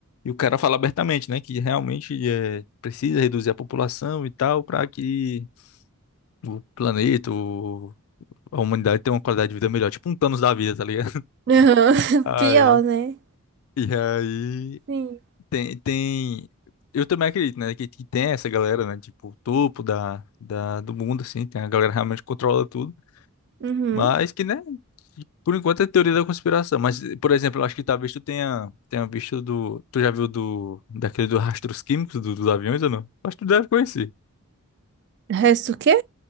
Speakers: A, on the left; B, on the right.
A: e o cara fala abertamente, né? Que realmente é, precisa reduzir a população e tal para que o planeta, o- a humanidade tenha uma qualidade de vida melhor. Tipo um Thanos da vida, tá ligado? <laughs>
B: Aham.
A: Aí,
B: <laughs> Pior, né?
A: e aí...
B: Sim.
A: Tem, tem. Eu também acredito, né? Que, que tem essa galera, né? Tipo, o topo da, da, do mundo, assim. Tem a galera que realmente controla tudo.
B: Uhum.
A: Mas que, né? que, Por enquanto é teoria da conspiração. Mas, por exemplo, eu acho que talvez tu tenha, tenha visto do. Tu já viu do. Daquele dos rastros químicos do- dos aviões ou não? Acho que tu deve conhecer.
B: Resto o quê?